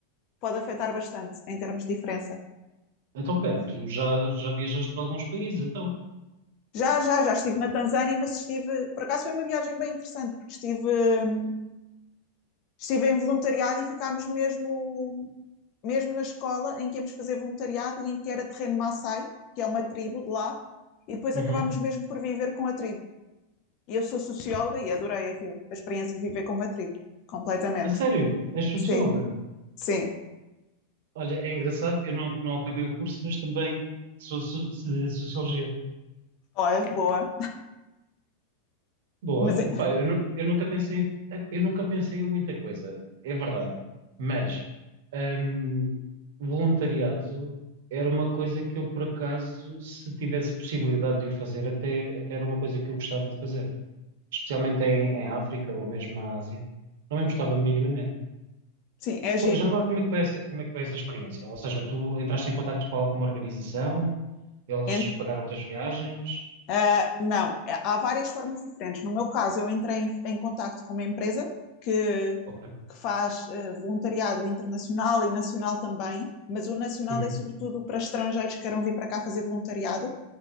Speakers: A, on the left; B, on the right.
A: pode afetar bastante em termos de diferença.
B: Então, pera,
A: Sim.
B: tu já, já viajaste para alguns países, então.
A: Já, já, já estive na Tanzânia, mas estive, por acaso foi uma viagem bem interessante, porque estive, hum, estive em voluntariado e ficámos mesmo, mesmo na escola em que íamos fazer voluntariado e em que era terreno Maasai, que é uma tribo de lá, e depois
B: Uhum.
A: acabámos mesmo por viver com a tribo. E eu sou socióloga e adorei aquilo, a experiência de viver com uma tribo, completamente.
B: A sério, és socióloga?
A: Sim, sim.
B: Olha, é engraçado, eu não, não acabei o curso, mas também sou so- de sociologia.
A: Olha, boa.
B: Boa.
A: Mas, é-
B: Epá, eu, nu- eu nunca pensei, em- é, eu nunca pensei em muita coisa, é verdade. Mas hum, voluntariado era uma coisa que eu, por acaso, se tivesse possibilidade de o fazer, até, até era uma coisa que eu gostava de fazer. Especialmente em, em África ou mesmo na Ásia. Não me importava minimamente.
A: sim, é giro.
B: Co- Já agora, como é que foi essa, como é que foi essa experiência? Ou seja, tu entraste em contacto com alguma organização, eles
A: Ent-
B: pagaram-te as viagens?
A: ah, não, é- há várias formas diferentes. No meu caso, eu entrei em, em contacto com uma empresa que,
B: Ok.
A: que faz ah, voluntariado internacional e nacional também, mas o nacional
B: Uhum.
A: é sobretudo para estrangeiros que queiram vir para cá fazer voluntariado,